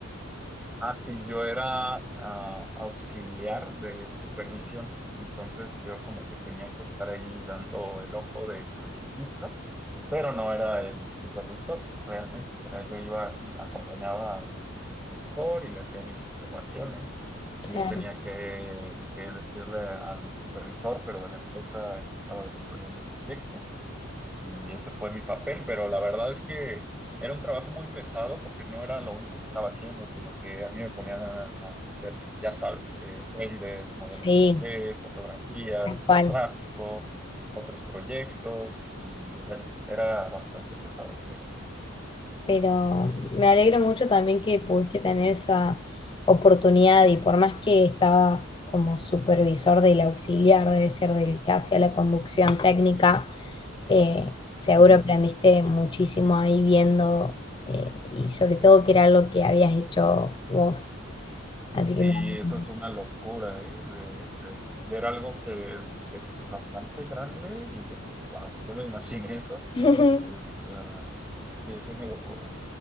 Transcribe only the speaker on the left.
Claro.
Sí,
tal
cual.
pero me alegro mucho también que pudiste tener esa oportunidad y por más que estabas como supervisor del auxiliar, debe ser del que hacía la conducción técnica, eh, seguro
aprendiste muchísimo ahí viendo eh, y sobre todo que era algo que habías hecho vos, así
que me alegro.
<laughs>